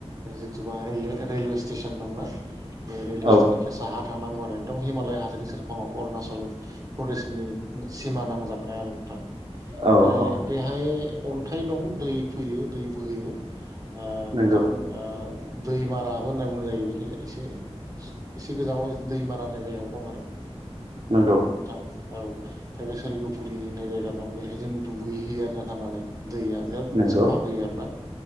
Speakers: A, on the right; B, on the right.
A: जिथुबा रेल रेलवे स्टेसन दंना बे रेलवे
B: औ
A: स्टेसननि फ्राय साहा थांनांगौ आरो एकदम हिमालय हाजोनि सेरफाङाव अरुणाचल प्रदेशनि सिमा नांजाबनाय आरो नोंथां ओमफ्राय
B: औ औ
A: बेहाय अन्थाइ दं दै फैयो दै बोहोयो ओ
B: नंगौ
A: नोंथां दैमाराबो होनना बुंनाय जायो बेखिनियाव एसे एसे गोजानाव दैमारा होननाय जायगाबो दं आरो
B: नंगौ
A: नोंथां औ आरो सोरगोफुरि होननाय जायगा दं बेहाय जों दुगैहयो आरोना थांनानै दैया जा
B: नंगौ
A: साफा फैयो आरोना